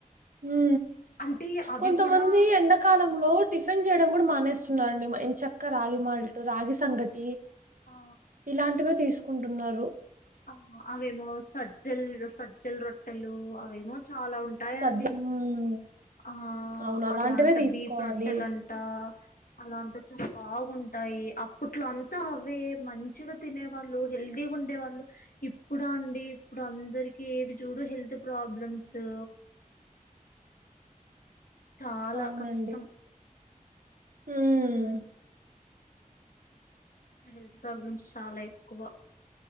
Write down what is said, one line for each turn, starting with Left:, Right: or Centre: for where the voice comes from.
Right: ఉ
Left: అంటే అవి
Right: కొంతమంది
Left: కూడా
Right: ఎండాకాలంలో టిఫిన్ చేయడం కూడా మానేస్తున్నారండి ఎం చక్క రాగి మాల్ట్ రాగి సంగటి
Left: ఆ
Right: ఇలాంటివే తీసుకుంటున్నారు
Left: ఆ అవేమో సజ్జల్ సజ్జల్ రొట్టెలు అవేమో చాలా ఉంటాయండి
Right: సజ్జ హ్మ్.
Left: ఆ
Right: అవును.
Left: అట్లా
Right: అలాంటివే
Left: అంట
Right: తీసుకోవాలి.
Left: బీపు రొట్టలు అంట అలా అంతా చాలా బాగుంటాయి అప్పట్లో అంతా అవే మంచిగా తినే వాళ్ళు రోజు హెల్తీగా ఉండే వాళ్ళు ఇప్పుడు అండి ఇప్పుడు అందరికి ఏది చూడు హెల్త్ ప్రాబ్లమ్స్ తు చాలా
Right: అవునండి.
Left: కష్టం
Right: హ్మ్.
Left: హు ఇప్పుడు హెల్త్ ప్రాబ్లమ్స్ చాలా ఎక్కువ